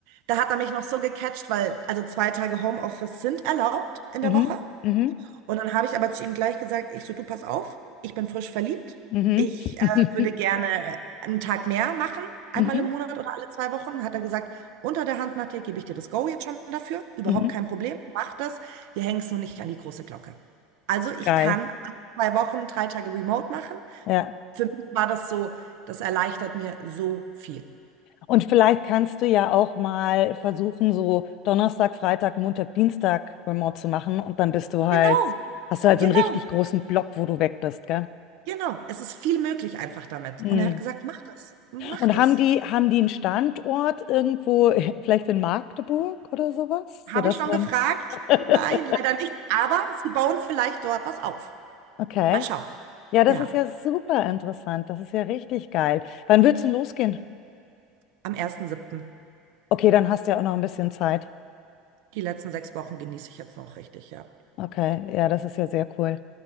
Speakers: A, on the right; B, on the left.
A: da hat er mich noch so gecatcht, weil also zwei Tage Homeoffice sind erlaubt in
B: Mhm,
A: der Woche.
B: mhm,
A: Und dann habe ich aber zu ihm gleich gesagt, ich so, du pass auf, ich bin frisch verliebt.
B: mhm,
A: Ich äh,
B: <laughs>
A: würde gerne einen Tag mehr machen, einmal
B: mhm,
A: im Monat oder alle zwei Wochen. Hat er gesagt, unter der Hand, Nadja, gebe ich dir das Go jetzt schon dafür. Überhaupt
B: mhm,
A: kein Problem, mach das. Wir hängen es nur nicht an die große Glocke. Also ich
B: geil,
A: kann alle zwei Wochen, drei Tage remote machen.
B: ja.
A: Für mich war das so, das erleichtert mir so viel.
B: Und vielleicht kannst du ja auch mal versuchen, so Donnerstag, Freitag, Montag, Dienstag Remote zu machen und dann bist du halt,
A: Genau,
B: hast du halt
A: genau,
B: so einen richtig großen Block, wo du weg bist, gell?
A: genau. Es ist viel möglich einfach damit.
B: Mhm.
A: Und er hat gesagt, mach das, mach
B: Und
A: das.
B: haben die, haben die einen Standort irgendwo, <laughs> vielleicht in Magdeburg oder sowas, sodass
A: Habe ich schon
B: man
A: gefragt?
B: <laughs>
A: Nein, leider nicht. Aber sie bauen vielleicht dort was auf.
B: Okay.
A: Mal schauen.
B: Ja, das
A: Ja,
B: ist ja super interessant. Das ist ja richtig geil. Wann wird's denn losgehen?
A: am ersten siebten.
B: Okay, dann hast du ja auch noch ein bisschen Zeit.
A: Die letzten sechs Wochen genieße ich jetzt noch richtig, ja.
B: Okay, ja, das ist ja sehr cool.